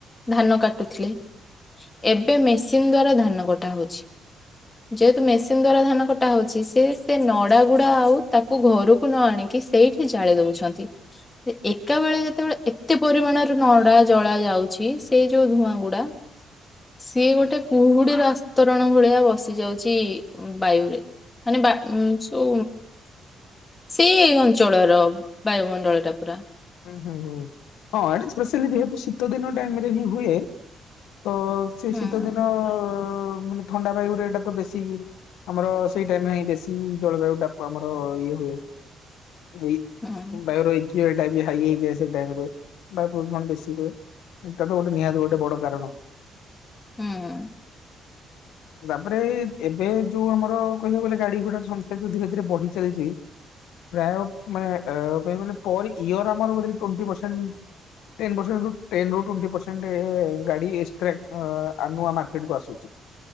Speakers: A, on the left (about 20°); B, on the left (about 90°).
A: ଧାନ କାଟୁଥିଲେ। ଏବେ ମେସିନ ଦ୍ଵାରା ଧାନ କଟା ହଉଛି। ଯେହେତୁ ମେସିନ ଦ୍ଵାରା ଧାନ କଟା ହଉଛି, ସେ ସେ ନଡା ଗୁଡା ଆଉ ତାକୁ ଘରକୁ ନ ଆଣିକି ସେଇଠି ଜାଳି ଦଉଛନ୍ତି, ଏକା ବେଳେ ଯେତେବେଳେ ଏତେ ପରିମାଣର ନଡା ଜଳା ଯାଉଛି ସେଇ ଯୋଉ ଧୂଆଁ ଗୁଡା ସିଏ ଗୋଟେ କୁହୁଡିର ଆସ୍ତରଣ ଭଳିଆ ବସି ଯାଉଛି ବାୟୁରେ। ମାନେ ବା ଉଁ ଚୁଁ। ସେଇ ଅଞ୍ଚଳର ବାୟୁମଣ୍ଡଳ ଟା ପୁରା।
B: ହୁଁ ହୁଁ ହୁଁ ହଁ ଏଇଟା ସ୍ପେସିଆଲି ଯେହେତୁ ଶୀତ ଦିନ ଟାଇମରେ ହିଁ ହୁଏ ତ ସେ
A: ହୁଁ।
B: ଶୀତ ଦିନ ମାନେ ଥଣ୍ଡା ବାୟୁରେ ଏଇଟା ତ ବେଶୀ ଆମର ସେଇ ଟାଇମରେ ହିଁ ବେଶୀ ଜଳବାୟୁ ଟା ଆମର ଇଏ ହୁଏ। ଏଇ
A: ହୁଁ।
B: ବାୟୁର ଏ କ୍ୟୁ ଆଇ ହାଇ ହେଇଯାଏ ସେ ଟାଇମ ରେ ବାୟ ପ୍ରଦୂଷଣ ବେଶୀ ହୁଏ। ଏଟା ତ ଗୋଟେ ନିହାତି ଗୋଟେ ବଡ କାରଣ।
A: ହୁଁ ହୁଁ।
B: ତାପରେ ଏବେ ଯୋଉ ଆମର କହିବାକୁ ଗଲେ ଗାଡି ଘୋଡା ସଂଖ୍ୟା ଯୋଉ ଧୀରେ ଧୀରେ ବଢି ଚାଲିଛି। ପ୍ରାୟ ମାନେ କହିବାକୁ ଗଲେ ପର ଇଅର ଆମର ବୋଧେ ଟ୍ବେଣ୍ଟି ପର୍ସେଣ୍ଟ ଟେନ୍ ରୁ ଟ୍ବେଣ୍ଟି ପରସେଣ୍ଟ ଗାଡ଼ି ଏକ୍ସ୍ତ୍ରାକ୍ଟ ନୂଆ ମାର୍କେଟ କୁ ଆସୁଛି।